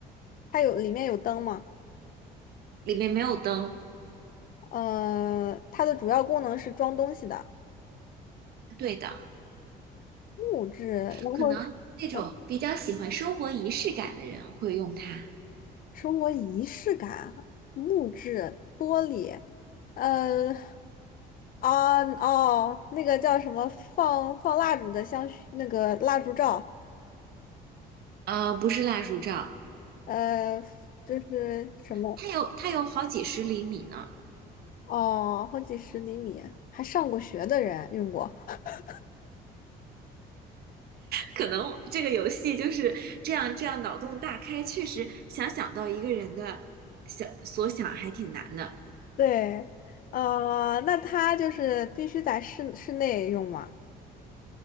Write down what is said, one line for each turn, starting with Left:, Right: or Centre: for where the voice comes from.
Left: 它有里面有灯吗？
Right: 里面没有灯，
Left: 呃，它的主要功能是装东西的，
Right: 对的，
Left: 木质，然后
Right: 可能那种比较喜欢生活仪式感的人会用它，
Left: 呃，生活仪式感，木质玻璃，呃，啊哦，那个叫什么放放蜡烛的香薰，那个蜡烛罩。
Right: 呃，不是蜡烛罩，
Left: 呃，就是什么
Right: 它有它有好几十厘米呢。
Left: 哦，好几十厘米，还上过学的人用过。<laughs>
Right: 可能这个游戏就是这样，这样脑洞大开，确实想想到一个人的想所想还挺难的。
Left: 对，呃，那它就是必须在室室内用吗？